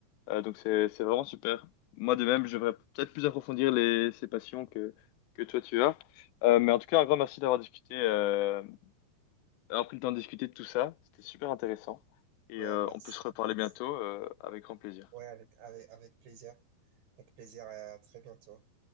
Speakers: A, on the left; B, on the right.
A: Euh, donc c'est c'est vraiment super. Moi de même, je devrais peut-être plus approfondir les, ces passions que, que toi tu as. Euh, mais en tout cas, un grand merci d'avoir discuté, euh, d'avoir pris le temps de discuter de tout ça. C'était super intéressant. Et
B: Euh,
A: euh,
B: merci,
A: on peut se reparler
B: merci.
A: bientôt, euh, avec grand plaisir.
B: Ouais, avec, avec, avec plaisir. Avec plaisir et à très bientôt.